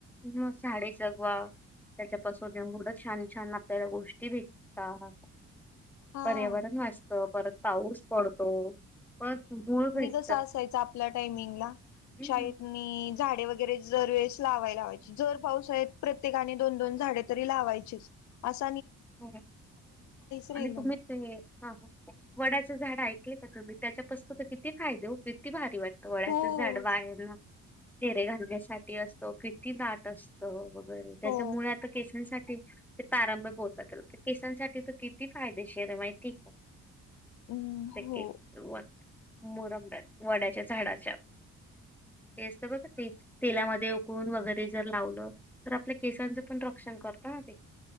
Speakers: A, in the centre; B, on the left (about 70°).
A: म झाडे जगवा त्याच्यापासून मुर्ढ छान छान आपल्याला गोष्टी भेटतात
B: हा.
A: पर्यावरण वाचत परत पाऊस पडतो ब बळ
B: असाय
A: का
B: आप टाइमिंग ला
A: हम्म.
B: शाळतनी झाडे वगैरे जर वेळस लावाय लावाय जर पाऊस आहे प्रत्येकाने दोन दोन झाडे तरी लावायची अस
A: हो
B: राहिलं
A: आणि तुम्ही
B: नाही
A: ते वडाचं झाड ऐक मी त्याच्यापसत तर किती फाये हो किती भारी वाटते ोळ्याच
B: हो
A: झाड बाहेर ना चेरे घालण्यासाठी असतो किती दट असत बर त्याच्या
B: हो
A: मु केस ते प्रारंभ बोत बदल तर केिसांसाठी तर किती फायदेशीर माहिती आहे का
B: हम्म
A: तक
B: हो.
A: दो मोरम्या वड्याच्या झाडाच्या हे असत बघ ते तेलामध्ये उकळून वगैरे जर लावलं तर आपल्या केसांच पण रक्षण करतो ना ते